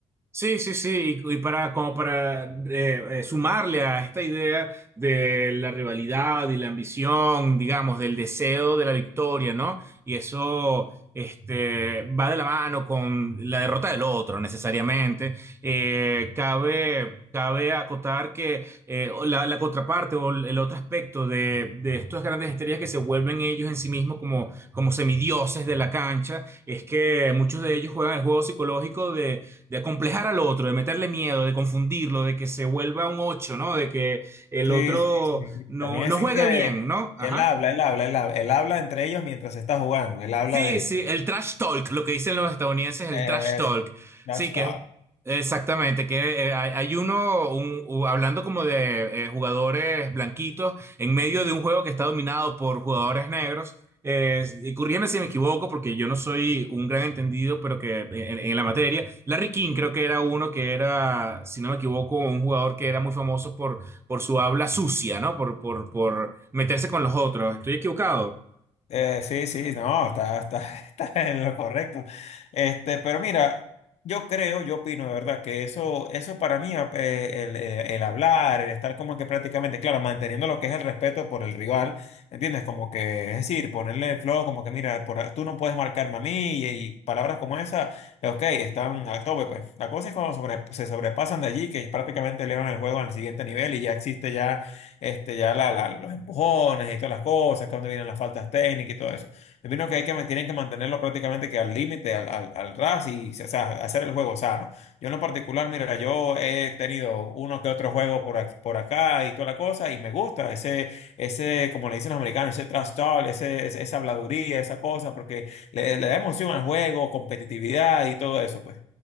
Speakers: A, on the right (about 20°); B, on the left (about 65°).
A: Sí, sí, sí, y, y para como para eh, eh, sumarle a esta idea de la rivalidad y la ambición, digamos, del deseo de la victoria, ¿no? Y eso este, va de la mano con la derrota del otro, necesariamente. Eh, cabe, cabe acotar que eh, la, la contraparte o el otro aspecto de, de estas grandes estrellas que se vuelven ellos en sí mismos como, como semidioses de la cancha es que muchos de ellos juegan el juego psicológico de de acomplejar al otro, de meterle miedo, de confundirlo, de que se vuelva un 8, ¿no? De que el
B: Sí,
A: otro
B: sí, sí.
A: no,
B: También
A: no
B: existe,
A: juegue bien, ¿no? Ajá.
B: él habla, él habla, él habla, él habla entre ellos mientras está jugando, él habla
A: Sí,
B: de...
A: sí, el trash talk, lo que dicen los estadounidenses, el
B: eh,
A: trash talk.
B: eso, no
A: Sí,
B: stop.
A: que es exactamente, que eh, hay, hay uno un- u- hablando como de eh, jugadores blanquitos en medio de un juego que está dominado por jugadores negros. Eh, y corrígeme si me equivoco, porque yo no soy un gran entendido, pero que en, en- en la materia, Larry King creo que era uno que era, si no me equivoco, un jugador que era muy famoso por, por su habla sucia, ¿no? Por, por, por meterse con los otros. ¿Estoy equivocado?
B: Eh, sí, sí, no, está, está, <laughs> está en lo correcto. Este, pero mira, yo creo, yo opino de verdad que eso, eso para mí, eh, el, el- el hablar, el estar como que prácticamente, claro, manteniendo lo que es el respeto por el rival, ¿me ¿entiendes? Como que, es decir, ponerle el flow, como que mira, por- tú no puedes marcarme a mí y, y palabras como esa, eh, ok, están a tope, pues. La cosa es cuando sobre- se sobrepasan de allí, que prácticamente elevan el juego al siguiente nivel y ya existe ya este, ya la- la- los empujones y todas las cosas, que donde vienen las faltas técnicas y todo eso. Yo opino que hay que man- tienen que mantenerlo prácticamente que al límite, al, al, al ras y o sea, hacer el juego sano. Yo en lo particular, mira, yo he tenido uno que otro juego por, ac- por acá y toda la cosa y me gusta ese, ese, como le dicen los americanos, ese trash talk, ese, ese- esa habladuría, esa cosa, porque le, le da emoción al juego, competitividad y todo eso, pues.